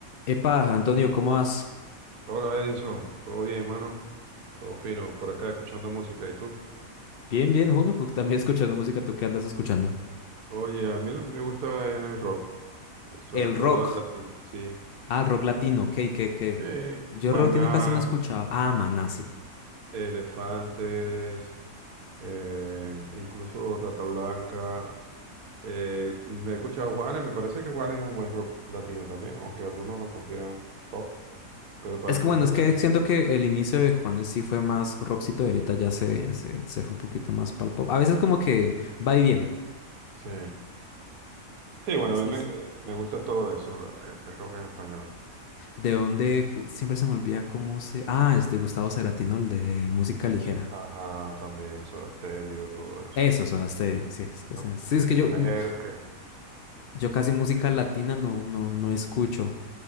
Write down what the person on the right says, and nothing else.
Hola Edison, todo bien, hermano, todo fino, por acá escuchando música, ¿y tú?
Oye, a mí lo que me gusta es el rock, sobre
todo
el latino, sí.
Eh,
Maná,
Elefantes, eh, incluso Rata Blanca. eh, me he escuchado Juanes, me parece que Juanes es un buen rock latino también, aunque algunos lo consideran pop, pero para
mí
Juanes
también
es rock.
Sí. Sí, bueno,
a mí me,
me gusta todo eso, el el rock en español.
Sí, ajá, también, Soda Stereo, todo eso.
Los
prisioneros
que